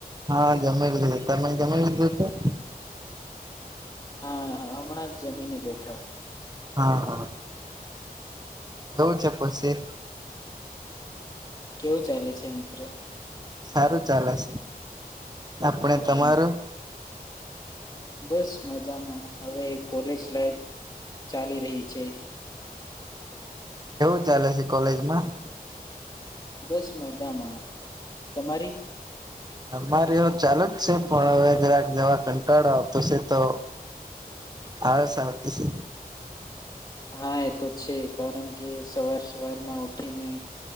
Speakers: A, on the right; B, on the left.
A: હા જમી લીધું તો તમે જમી લીધું હતું?
B: હા હા હમણાં જ જમીને બેઠા
A: હા હા જોવું છે પછી
B: કેવું ચાલે છે મિત્ર?
A: સારું ચાલે છે આપણે તમારું
B: હા બસ મજામાં હવે કોલેજ લાઈફ ચાલી રહી છે.
A: કેવું ચાલે છે કોલેજમાં?
B: બસ મજામાં તમારી?
A: અમારે ઓ ચાલુ જ છે પણ હવે જરાક જરાક કંટાળો આવતો છે તો
B: <inaudible>
A: હા સાવતી સે
B: હા એ તો છે કારણ કે સવાર સવારમાં ઉઠીને